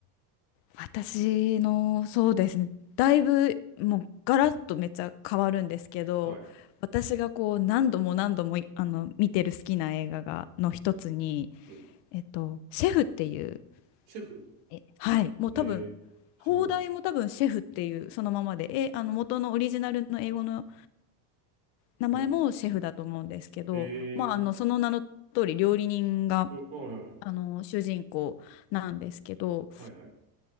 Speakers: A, on the left; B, on the right.
A: 私の、そうですね、だいぶもうガラッとめっちゃ変わるんですけど、
B: はい。
A: 私がこう何度も何度もいあの見てる好きな映画がの一つに、
B: うん。
A: えっと、シェフっていう、
B: シェフ
A: えはい、もう多分、
B: へえ、知らない。
A: 放題も多分シェフっていうそのままで、え、あの元のオリジナルの英語の名前もシェフだと思うんですけど、
B: はい。へえ、
A: まあ、あのその名の通り料理人が
B: うあ、はいはい。
A: あの主人公なんですけど
B: はいはい。